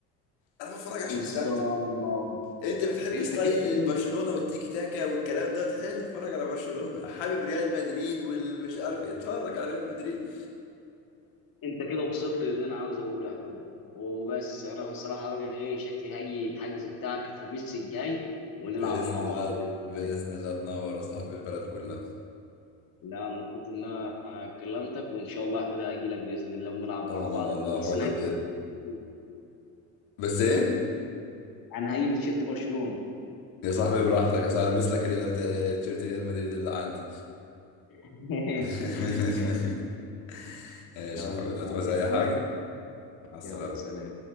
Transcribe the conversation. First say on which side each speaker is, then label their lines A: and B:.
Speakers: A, on the left; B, on the left.
A: انا بتفرج عشان
B: بالظبط
A: استمتع انت بتحب
B: انت
A: ستايل
B: كده وصلت
A: برشلونه والتيكي تاكا والكلام ده حلو اتفرج على برشلونه حابب ريال مدريد والمش عارف ايه اتفرج على ريال مدريد
B: انت كده وصلت للي انا عاوز اقوله يا حوده وبس انا بصراحه بقى ايه شكلي هاجي الحجز بتاعك الخميس الجاي ونلعب
A: باذن
B: مع بعض
A: الله
B: باذن
A: باذن
B: الله
A: الله تنور يا صاحبي البلد كلها
B: لا مبسوط ان انا كلمتك وان شاء الله هاخدها هاجي لك باذن الله ونلعب
A: انا
B: مع بعض
A: والله
B: بكره بس
A: حوده
B: انا
A: ب...
B: هجيب
A: بس ايه
B: انا هجيب تيشيرت برشلونه
A: يا صاحبي براحتك اصل هلبس لك ريال- تيشيرت ريال مدريد اللي عندي
B: <laughs> ماشي
A: <laughs>
B: ماشي
A: ماشي
B: يلا
A: يا حبيبي
B: انت
A: هتعوز
B: عايز أي
A: اي حاجه
B: حاجه
A: مع السلامه
B: يلا سلام